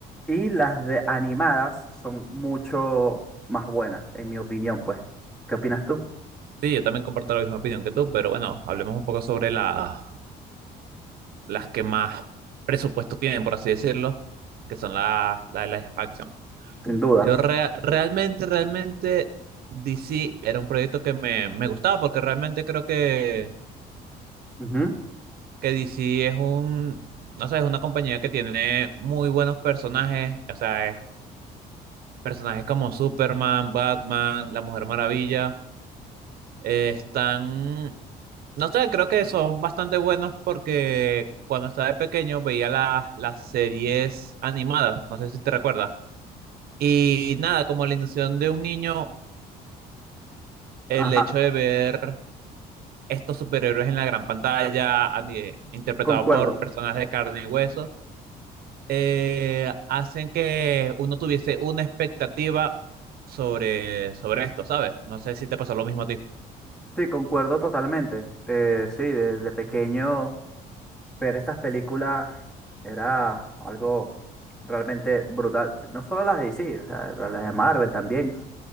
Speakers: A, in the centre; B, on the right.
A: Y las de animadas son mucho más buenas, en mi opinión, pues. ¿Qué opinas tú?
B: Sí, yo también comparto la misma opinión que tú, pero bueno, hablemos un poco sobre la- las que más presupuesto tienen, por así decirlo, que son las las de live action.
A: Sin duda.
B: Yo rea- realmente, realmente, DC era un proyecto que me, me gustaba porque realmente creo que,
A: Ujú.
B: que DC es un, no sé, es una compañía que tiene muy buenos personajes, o sea, es Personajes como Superman, Batman, La Mujer Maravilla, eh, están, no sé, creo que son bastante buenos porque cuando estaba de pequeño veía las, las series animadas, no sé si te recuerdas. Y nada, como la ilusión de un niño, el
A: Ajá,
B: hecho de ver estos superhéroes en la gran pantalla, ani- interpretados
A: concuerdo.
B: por personas de carne y hueso, eh, hacen que uno tuviese una expectativa sobre, sobre esto, ¿sabes? No sé si te pasó lo mismo a ti.
A: Sí, concuerdo totalmente. Eh, sí, de, de pequeño ver estas películas era algo realmente brutal. No solo las de DC, o sea, las de Marvel también.